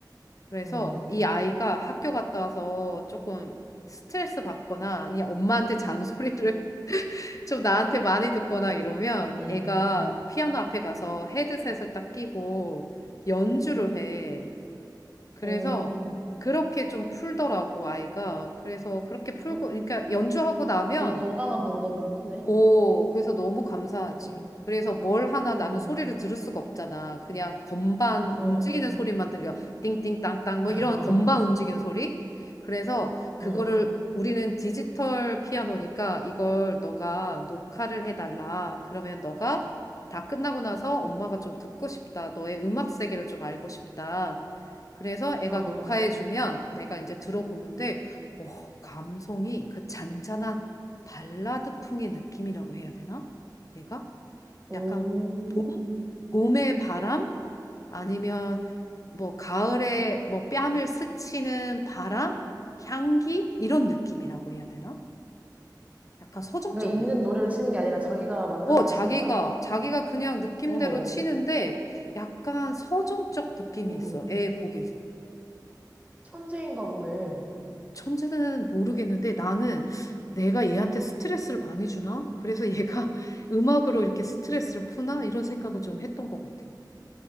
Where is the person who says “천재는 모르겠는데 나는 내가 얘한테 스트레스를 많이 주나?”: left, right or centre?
Left